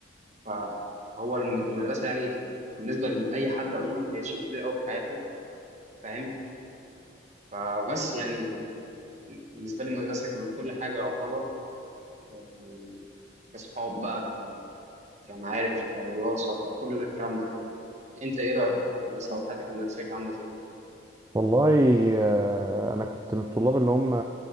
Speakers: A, on the right (about 35°); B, on the right (about 15°).
A: فهو الم- المدرسة يعني كانت بالنسبة لأي حد عموما هي شيء كبير أوي في حياته فاهم فبس يعني بالنسبة لي المدرسة كانت كل حاجة يعتبر يعني كصحاب بقى ك... كمعارف كدراسة ككل الكلام ده أنت إيه رأيك في المدرسة وحياتك المدرسية كانت عاملة إزاي؟
B: والله آه، انا كنت من الطلاب اللي هم